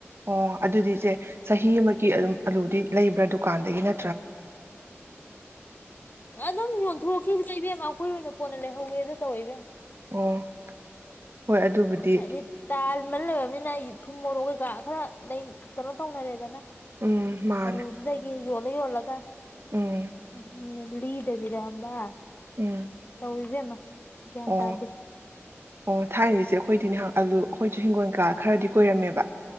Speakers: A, on the right; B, on the left.
A: ꯑꯣ ꯑꯗꯨꯗꯤ ꯏꯆꯦ ꯆꯍꯤ ꯑꯃꯒꯤ ꯑꯗꯨꯝ ꯑꯂꯨꯗꯤ ꯂꯩꯕ꯭ꯔꯥ ꯗꯨꯀꯥꯟꯗꯒꯤ ꯅ
B: ꯑꯗꯨꯝ ꯌꯣꯟꯊꯣꯛꯈꯤꯕꯗ ꯏꯕꯦꯝꯃ ꯑꯩꯈꯣꯏ ꯑꯣꯏꯅ ꯀꯣꯅ ꯂꯩꯍꯧꯋꯦꯗꯣ ꯇꯧꯋꯦ ꯏꯕꯦꯝꯝ
A: ꯑꯣ ꯍꯣꯏ ꯑꯗꯨꯕꯨꯗꯤ
B: ꯍꯥꯏꯗꯤ ꯇꯥꯜꯃꯟ ꯂꯩꯔꯕꯅꯤꯅ ꯑꯩꯒꯤ ꯊꯨꯝ ꯃꯣꯔꯣꯛ ꯀꯩꯀꯥ ꯈꯔ ꯂꯩ ꯀꯅꯣ ꯇꯧꯅꯔꯦꯗꯅ
A: ꯎꯝ ꯃꯥꯅꯦ
B: ꯑꯂꯨ ꯗꯨꯗꯒꯤ ꯌꯣꯜꯂꯥ ꯌꯣꯜꯂꯥꯒ
A: ꯎꯝ
B: <unintelligible> ꯎꯝꯅ ꯂꯤꯗꯕꯤꯗ ꯑꯃꯥ
A: ꯎꯝ
B: ꯄꯨꯏ ꯏꯕꯦꯝꯃ ꯒ꯭ꯌꯥꯟ
A: ꯑꯣ
B: ꯇꯥꯗꯦ
A: ꯑꯣ ꯊꯥꯏꯖꯦ ꯑꯩꯈꯣꯏꯗꯤꯅꯦ ꯍꯥꯛ ꯑꯂꯨ ꯑꯩꯈꯣꯏꯁꯨ ꯍꯤꯡꯒꯣꯜ ꯀꯥ ꯈꯔꯗꯤ ꯀꯣꯏꯔꯝꯃꯦꯕ